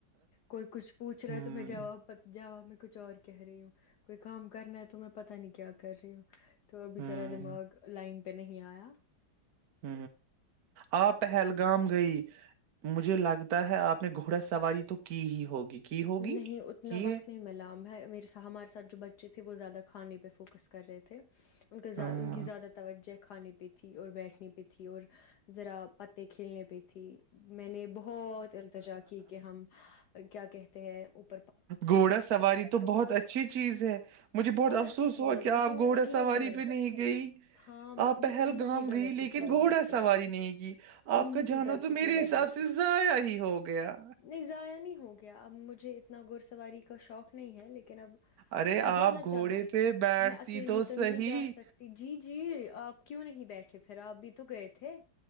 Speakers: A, on the left; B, on the right.
A: کوئی کچھ پوچھ رہا
B: ہوں
A: ہے تو میں جاا جاا میں کچھ اور کہہ رہی ہوں کوئی کام کرنا ہے تو میں پتا نہیں کیا کر رہی ہوں توب جذرا
B: ہوں
A: دماغ لائن پہ نہیں آیا
B: ہ آپ پہلگام گئی مجھے لگتا ہے آپ نے گھوڑا سواری تو کی ہی ہوگی کی ہوگی
A: نہیں اتنا
B: کی
A: وقت
B: ہے
A: نہیں ملام ہے میرے سا ہمارے ساتھ جو بچے تھے وہ زیادہ کھانے پہ فوکس کر رہے تھے ان کا
B: ہاں
A: ان کی زیادہ توجہ کھانے پہ تھی اور بیٹھنی پہ تھی اور ذرا پتے کھیلنے پہ تھی میں نے بہت التجا کی کہ ہم کیا کہتے ہیں ا
B: گھوڑا سواری تو بہت اچھی چیز ہے مجھے بہت افسوس
A: اچھی
B: ہوا
A: چیز ہے
B: کہ
A: لیکن
B: آپ
A: وہ
B: گھوڑا
A: نکلے
B: سواری
A: ہی
B: پہ نہیں گئی
A: ہاں م-
B: آپ پہلگام
A: بس انہیں کی غلطی
B: گئی لیکن
A: کی وجہ
B: گھوڑا
A: سے
B: سواری نہیں کی آپ
A: انہیں
B: کا جانا
A: کی غلطی
B: تو
A: کی
B: میرے
A: وجہ
B: حساب سے ضائع ہی ہو گیا
A: نہیں ضائع نہیں ہو گیا اب مجھے اتنا گھڑ سواری کا شوق نہیں ہے لیکن اب
B: ارے
A: میں
B: آپ
A: جانا
B: گھوڑے
A: چاہتی
B: پہ
A: تھی
B: بیٹھتی
A: اب میں اکیلی تو
B: صحیح
A: نہیں جا سکتی جی جی آپ کیوں نہیں بیٹھے پھر آ اب بھی تو گئے تھے